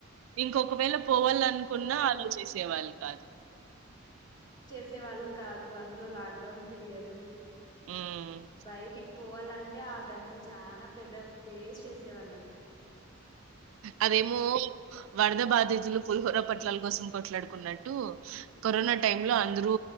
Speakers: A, on the right; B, on the left.
A: ఇంకొకవేళ పోవాలనుకున్నా
B: పోవాలన్నా
A: అల్లో చేసే వాళ్ళు కాదు
B: వచ్చే వాళ్ళు కాదు అందులో లాక్డౌన్ పీరియడ్
A: మ్మ్
B: బైటికి పోవాలం అంటే ఆ టై లో చాలా పెద్ద ఫేస్ చేసే వాళ్ళ
A: అదేం మూయి వ వరద బాధతులు పులిహోర పొట్లల కోసం కొట్లాడుకున్నాట్టు కరోనా టైమ్ లో అందరు